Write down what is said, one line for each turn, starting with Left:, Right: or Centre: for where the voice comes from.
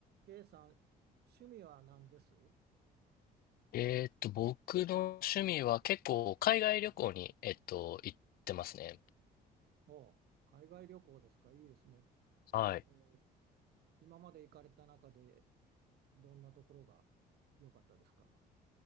Right: K さん、趣味は何です
Left: えーっと、僕の趣味は結構海外旅行に、えっと、行ってますね。
Right: おう海外旅行ですかいいですね。
Left: はい。
Right: えー今まで行かれた中でどんなところが良かったですか